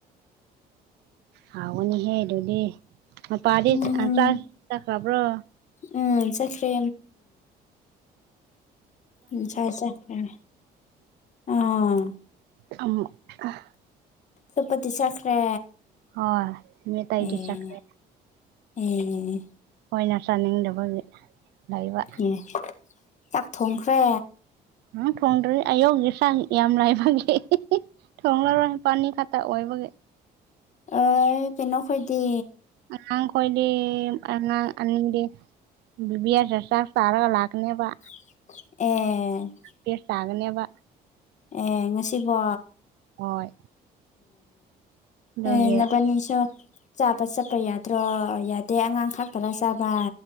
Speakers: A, on the right; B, on the left.
A: ꯍꯥꯎꯒꯅꯤꯍꯦ ꯑꯗꯨꯗꯤ ꯃꯄꯥꯗꯤ
B: ꯎꯝ
A: ꯆꯥꯛ ꯆꯥꯕ ꯆꯠꯈꯥꯕ꯭ꯔꯣ
B: ꯎꯝ ꯆꯠꯈ꯭ꯔꯦ ꯉꯁꯥꯏ ꯆꯠꯈ꯭ꯔꯦ ꯑꯥ
A: <unintelligible> ꯑꯃꯨꯛ ꯑꯥ
B: ꯆꯠꯄꯇꯤ ꯆꯠꯈ꯭ꯔꯦ
A: ꯍꯣꯏ ꯃꯤ ꯑꯇꯩꯗꯤ
B: ꯑꯦ
A: ꯆꯠꯈ꯭ꯔꯦ
B: ꯑꯦ
A: ꯑꯣꯏꯅ ꯆꯥꯅꯤꯡꯗꯕꯒꯤ ꯂꯩꯕ
B: ꯑꯦ ꯆꯥꯛ ꯊꯣꯡꯈ꯭ꯔꯦ
A: ꯑꯪ ꯊꯣꯡꯗ꯭ꯔꯦ ꯑꯌꯧꯒꯤ ꯁꯥ ꯌꯥꯝ ꯂꯥꯏꯕꯒꯤ ꯊꯣꯡꯂꯔꯣꯏ ꯄꯥꯅꯤ ꯈꯛꯇ ꯑꯣꯏꯕꯒꯤ
B: ꯑꯦ ꯀꯩꯅꯣ ꯈꯣꯏꯗꯤ
A: ꯅꯪ ꯀꯣꯏꯗꯤ ꯑꯉꯥꯡ ꯑꯅꯤꯗꯤ ꯕꯤꯕꯤ <unintelligible> ꯆꯥꯛ ꯇꯔꯒ ꯂꯥꯛꯅꯦꯕ
B: ꯑꯦ
A: ꯕꯦꯁ ꯇꯥꯒꯅꯦꯕ
B: ꯑꯦ ꯉꯁꯤꯕꯣ
A: ꯍꯣꯏ ꯑꯗꯨꯒꯤ
B: ꯑꯦ ꯅꯥꯕꯥꯟꯅꯤꯁꯨ ꯆꯥꯕ ꯆꯠꯄ ꯌꯥꯗ꯭ꯔꯣ ꯌꯥꯗꯦ ꯑꯉꯥꯡ ꯈꯛꯇꯥꯔ ꯆꯥꯕ